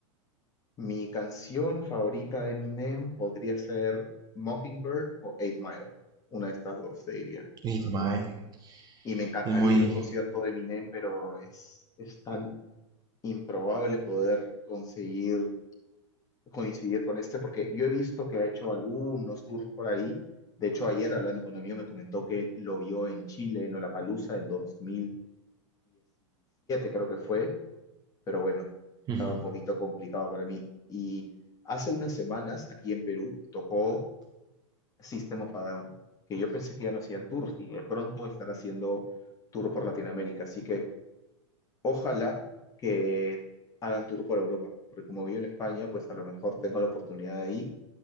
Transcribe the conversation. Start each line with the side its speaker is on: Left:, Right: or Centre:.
Left: Mi canción favorita de Eminem podría ser Mockingbird o Eight Mile, una de estas dos, te diría.
Right: It's Mine.
Left: Y me encantaría
Right: Es muy.
Left: ir a un concierto de Eminem, pero es, es tan improbable poder conseguir coincidir con este, porque yo he visto que ha hecho algunos tours por ahí. De hecho, ayer hablando con un amigo me comentó que lo vio en Chile, en Lollapalooza del 2017, creo que fue, pero bueno,
Right: Ujú.
Left: estaba un poquito complicado para mí. Y hace unas semanas aquí en Perú tocó System of a Down, que yo pensé que ya no hacían tours y de pronto estará haciendo tour por Latinoamérica. Así que ojalá que hagan tour por Europa, porque como vivo en España, pues a lo mejor tengo la oportunidad ahí